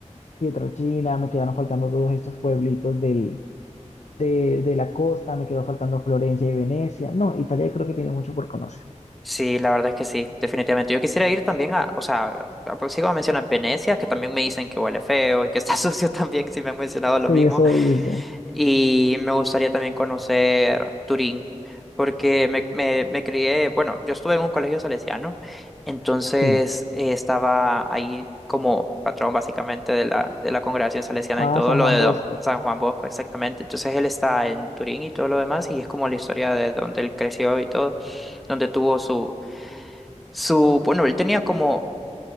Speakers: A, on the left; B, in the centre.
A: Pietrelcina, me quedaron faltando todos estos pueblitos del, de, de la costa, me quedó faltando Florencia y Venecia. No, Italia creo que tiene mucho por conocer.
B: sí, la verdad es que sí, definitivamente. Yo quisiera ir también a, o sea, a- sigo a mencionar Venecia, que también me dicen que huele feo y que está <laughs> sucio también, si me han mencionado lo
A: Sí,
B: mismo.
A: eso dicen.
B: Y me gustaría también conocer Turín, porque me, me, me crié, bueno, yo estuve en un colegio salesiano, entonces
A: Sí.
B: eh, estaba ahí como patrón básicamente de la, de la congregación salesiana
A: Ah,
B: y todo
A: San
B: lo
A: Juan
B: de don
A: Bosco.
B: San Juan Bosco, exactamente. Entonces él está en Turín y todo lo demás, y es como la historia de donde él creció y todo, donde tuvo su, su, bueno, él tenía como